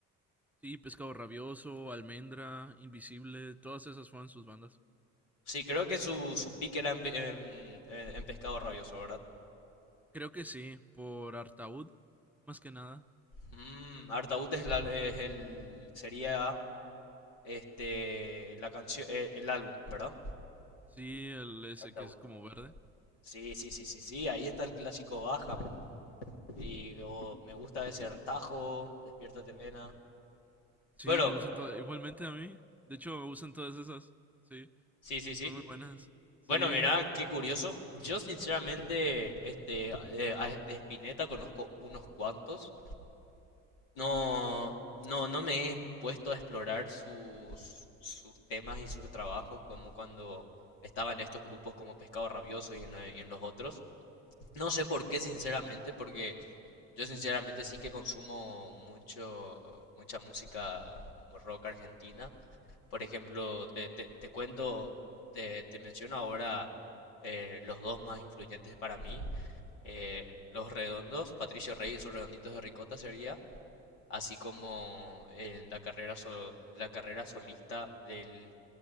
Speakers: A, in the centre; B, on the left.
A: Sí, Pescado Rabioso, Almendra, Invisible, todas esas fueron sus bandas.
B: Sí, creo que su, su pick era en, pe- en- en- en Pescado Rabioso, ¿verdad?
A: Creo que sí, por Artaud, más que nada.
B: Mm, Artaud es, la- es el, sería este, la canción, eh, el álbum, ¿verdad?
A: Sí, el ese
B: Artaud.
A: que es como verde.
B: Sí, sí, sí, sí, sí, ahí está el clásico Baja. Y oh, me gusta ese tajo, Despiértate, nena.
A: Sí,
B: Bueno,
A: me gustan todas. Igualmente a mí. De hecho, me gustan todas esas. Sí,
B: sí, sí, sí.
A: son muy buenas. Sí.
B: Bueno, mirá, qué curioso. Yo sinceramente, este, eh, a- de Spinetta conozco unos cuantos. No, no, no me he puesto a explorar sus, sus temas y sus trabajos como cuando estaba en estos grupos como Pescado Rabioso y en, eh, y en los otros. No sé por qué, sinceramente, porque yo sinceramente sí que consumo mucho, mucha música rock argentina. Por ejemplo, te, te- te cuento, te, te menciono ahora eh, los dos más influyentes para mí. eh, los redondos, Patricio Rey y sus redonditos de ricota sería, así como en la carrera, so- la carrera solista del